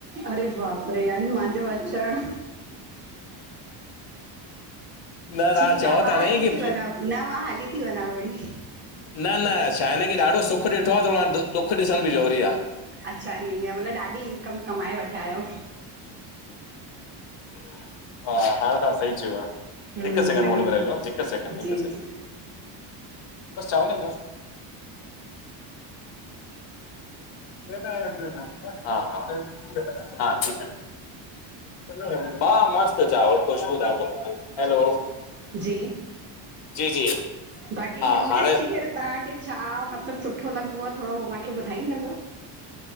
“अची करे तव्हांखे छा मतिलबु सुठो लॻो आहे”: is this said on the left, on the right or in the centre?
Right